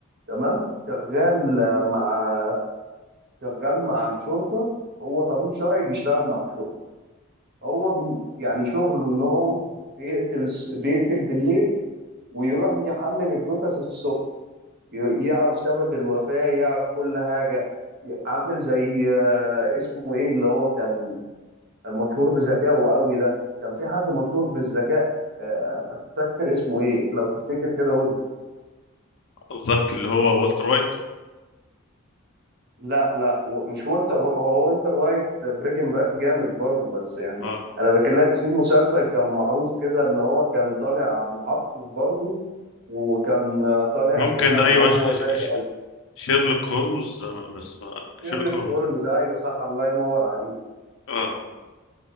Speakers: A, on the right; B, on the left.
A: تمام شغال آه، مع شغال مع الشرطة هو طبيب شرعي بيشتغل مع الشرطة هو بي يعني شغله إن هو <laughs> بيقتل الس- بيقتل بالليل ويروح يحلل الجثث الصبح ي- يعرف سبب الوفاة يعرف كل حاجة ي- عامل زي آه، اسمه إيه اللي هو كان مشهور بذكائه قوي ده كان في حد مشهور بالذكاء آه، بس مش فاكر اسمه إيه لو تفتكر كده
B: قصدك اللي هو والتر وايت
A: لا لا و- مش والتر و- هو والتر وايت بريكنج باد جامد برضه بس يعني
B: اه
A: انا بكلمك في مسلسل كان معروف كده ان هو كان طالع محقق برضه وكان طالع
B: ممكن
A: كده ان
B: ايوه
A: هو
B: ش... ش...
A: ذكي
B: ش...
A: او
B: شيرلوك هولمز آه، بس ما...
A: شيرلوك
B: شيرلوك هولمز
A: هولمز ايوه صح الله ينور عليك
B: اه